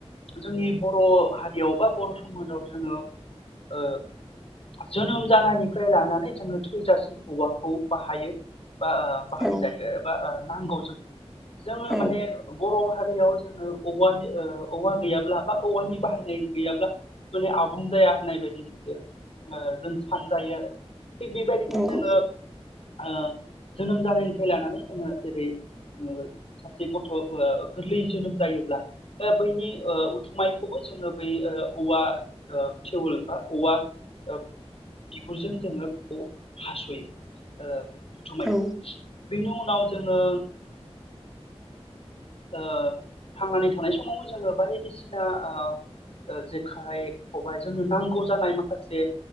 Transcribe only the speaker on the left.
जोंनि बर' हारियाव बा बर' समाजाव जोङो ओ जोनोम जानायनिफ्राय लानानै जोङो थैजासिम औवाखौ बाहायो। बा बाहायजायो
एबा ओ नांगौ जोंनो जोङो
माने बर' हारियाव जोङो औवानि ओ औवा गैयाब्ला बा औवानि बाहायनाय गैयाब्ला माने आबुं जाया होननाय बायदि मोनदों। ओ जों सानजायो आरो। थिग बेबायदिनो
जोङो ओ जोनोम जानायनिफ्राय लानानै जोङो जेरै ओ। सासे गथ' ओ गोरलै जोनोम जायोब्ला बैनि ओ उथुमायखौबो जोङो बै औवा फेवल बा औवा बिगुरजों जोङो बेखौ हास'यो ओ। थुमायखौ
बेनि उनाव जोङो ओ थांनानै थानाय समावबो जोङो बायदिसिना ओ जेखाइ खबाय जोंनो नांगौ जानाय माखासे